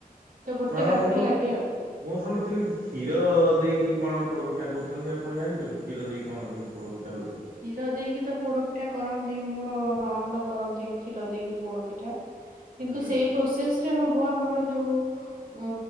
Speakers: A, on the right; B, on the right.
A: ତ ଗୋଟେ
B: ବଳ
A: ରାତି
B: ଉୁଡ଼କୁ
A: ଲାଗେ
B: <inaudible>
A: ଆଉ
B: ମୁଁ ଶୁଣିଥିଲି କ୍ଷୀର ଦେଇକିରି କଣ ପୋଡ ପିଠା କରୁଛନ୍ତି ଆପଣ ଜାଣିଛନ୍ତି କ୍ଷୀର ଦେଇକି କଣ କେ ପୋଡା ପିଠା ହୁଏ।
A: କ୍ଷୀର ଦେଇକି ତ ପୋଡପିଠା କରନ୍ତି ମୋର ନଣନ୍ଦ କରନ୍ତି କ୍ଷୀର ଦେଇକି ପୋଡପିଠା। <inaudible> କିନ୍ତୁ
B: ଆଜ୍ଞା
A: ସେଇ ପ୍ରୋସେସ ରେ ହବ ଆମର ଯୋଉ